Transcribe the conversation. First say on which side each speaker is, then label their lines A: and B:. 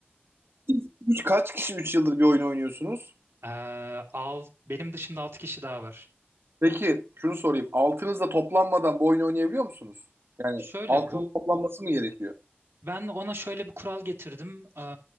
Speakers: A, on the right (about 70°); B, on the right (about 85°).
A: siz üç- kaç kişi 3 yıldır bir oyun oynuyorsunuz?
B: Ee, al, benim dışımda 6 kişi daha var.
A: Peki şunu sorayım. Altınızla toplanmadan bu oyunu oynayabiliyor musunuz? Yani
B: Şöyle
A: altının
B: bu
A: toplanması mı gerekiyor?
B: ben ona şöyle bir kural getirdim. Ee,